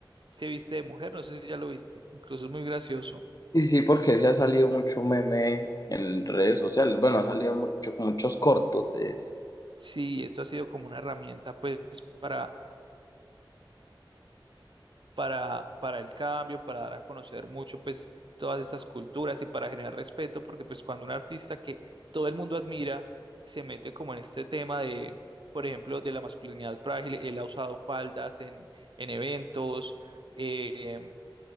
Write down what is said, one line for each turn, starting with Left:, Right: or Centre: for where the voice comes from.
Right: se viste de mujer, no sé si ya lo viste, incluso es muy gracioso.
Left: Sí, sí, porque se ha salido mucho meme en redes sociales. Bueno, ha salido mucho, muchos cortos de eso.
Right: Sí, esto ha sido como una herramienta pues para para, para el cambio, para dar a conocer mucho, pues, todas estas culturas y para generar respeto, porque pues cuando un artista que todo el mundo admira se mete como en este tema de, por ejemplo, de la masculinidad frágil, él ha usado faldas en, en eventos, eh,